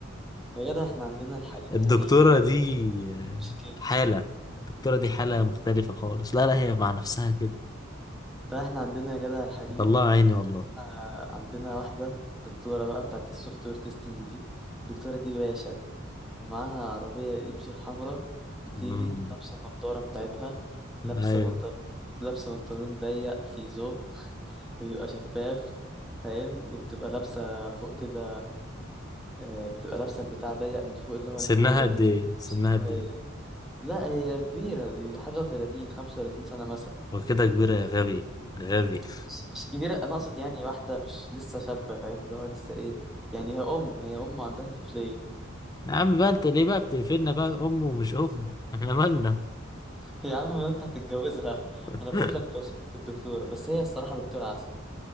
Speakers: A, in the centre; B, on the left.
A: يا جدع احنا عندنا الحريم
B: الدكتوره
A: حريم
B: دي آه،
A: مش كده
B: حاله الدكتوره دي حاله مختلفه خالص لا لا هي مع نفسها كده
A: طيب احنا عندنا يا جدع الحريم
B: الله عيني والله
A: عندنا عندنا واحدة دكتورة بقى بتاعت السوفت وير تيستنج دي الدكتورة دي باشا معاها عربية ام جي الحمراء بتيجي
B: مم.
A: لابسة النضارة بتاعتها لابسة
B: ايوه
A: بنطلون لابسة بنطلون ضيق فيزو بيبقى شفاف فاهم وبتبقى لابسة فوق كده آه، بتبقى لابسة البتاع ضيق من فوق اللي هو
B: سنها
A: البلوزة
B: قد
A: دي مش
B: ايه
A: عارف
B: سنها
A: بيسموها
B: قد
A: ايه
B: ايه
A: لا هي كبيرة دي حاجة وتلاتين خمسة وتلاتين سنة مثلا
B: وكده كبيرة يا غبي غبي <laughs>
A: مش مش كبيرة أنا أقصد يعني واحدة مش لسه شابة فاهم اللي هو لسه إيه يعني هي أم هي أم عندها طفلين
B: يا عم بقى انت ليه بقى بتقفلنا بقى ام ومش ام احنا مالنا
A: <laughs> يا عم ما أنت هتتجوزها
B: <laughs>
A: أنا بقول لك توصف لك الدكتورة بس هي الصراحة دكتورة عسل